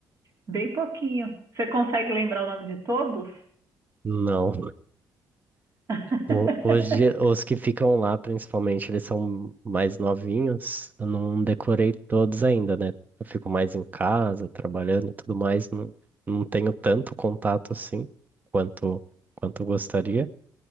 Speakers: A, on the right; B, on the right.
A: Bem pouquinho. Você consegue lembrar o nome de todos?
B: Não,
A: <laughs>
B: O- Hoje, os que ficam lá, principalmente, eles são mais novinhos. Eu não decorei todos ainda, né? Eu fico mais em casa, trabalhando e tudo mais. Não, não tenho tanto contato assim quanto, quanto eu gostaria.